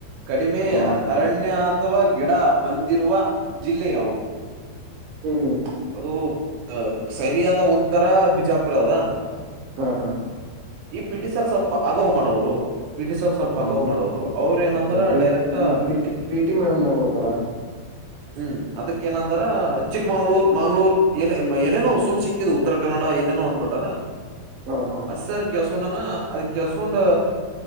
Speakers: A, on the right; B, on the right.
A: ಕಡಿಮೆ
B: ಹಾ ಹಾ
A: ಅರಣ್ಯ ಅಥವಾ ಗಿಡ ಹೊಂದಿರುವ ಜಿಲ್ಲೆ ಯಾವುದು.
B: ಹ್ಮ್
A: ಅದು ಹಾ, ಸರಿಯಾದ ಉತ್ತರ ಬಿಜಾ- ಅಪರಾಧ
B: ಹಾ ಹಾ
A: ಈ ಪಿ ಟಿ ಸರ್ ಸ್ವಲ್ಪ ಹಗವ್ ಮಾಡೋರು. ಪಿ ಟಿ ಸರ್ ಸ್ವಲ್ಪ
B: ಹ
A: ಹಗವ್ ಮಾಡೋರು. ಅವರು ಏನಂತರ
B: ಮತ್ತ ಪಿ
A: ಡೈರೆಕ್ಟ್-
B: ಮತ್ P T P T madam ನೋಡ್ಬೇಕಲ್ಲ
A: ಹ್ಮ್, ಅದಕ್ಕ ಏನಂದಾರ ಚಿಕ್ಕಮಂಗ್ಳೂರ, ಮಂಗಳೂರು ಏನ್ ಏನೇನೋ ಸುಳ್ಸಿಕ್ಕಿದ್ ಉತ್ತರ ಕನ್ನಡ ಏನೇನೋ,,, -
B: ಹಾ ಹಾ
A: ಅಸರ್ ಕೆಳ್ಸ್ಕೊಂಡನ ಅದ ಕೆಳ್ಸ್ಕೊಂಡ